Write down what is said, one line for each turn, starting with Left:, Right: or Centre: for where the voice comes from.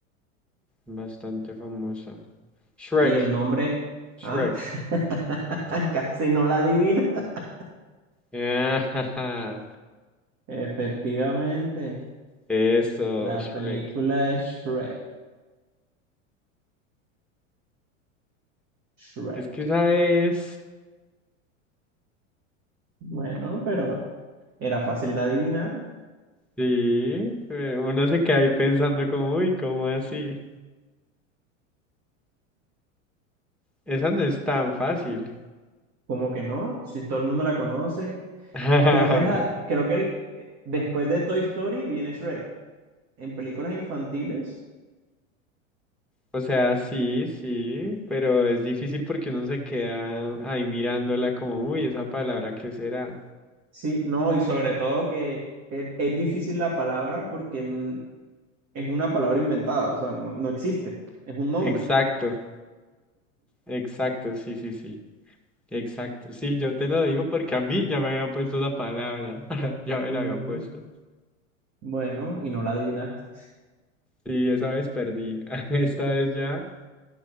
Centre: Bastante famosa. Shrek,
Right: Y el nombre,
Centre: Shrek.
Right: ah, <laughs> casi no la adivina. <laughs>
Centre: <laughs>
Right: Efectivamente,
Centre: Eso,
Right: la
Centre: Shrek.
Right: película es Shrek. Shrek.
Centre: Es que esa es.
Right: Bueno, pero era fácil de adivinar.
Centre: Sí, eh, uno se queda ahí pensando como, uy, ¿cómo así? Esa no es tan fácil.
Right: ¿Cómo que no? Si todo el mundo la conoce.
Centre: <laughs>
Right: Creo que es la, creo que el- después de Toy Story viene Shrek. En películas infantiles,
Centre: O sea, sí, sí, pero es difícil porque uno se queda ahí mirándola como, uy, esa palabra, ¿qué será?
Right: sí, no, y sobre todo que es, es difícil la palabra porque es una palabra inventada, o sea, no, no existe, es un nombre.
Centre: Exacto, exacto, sí, sí, sí, exacto. Sí, yo te lo digo porque a mí ya me habían puesto la palabra, <laughs> ya me
Right: Mm,
Centre: la habían puesto.
Right: bueno, y no la adivinaste.
Centre: Sí, esa vez perdí, <laughs> esta vez ya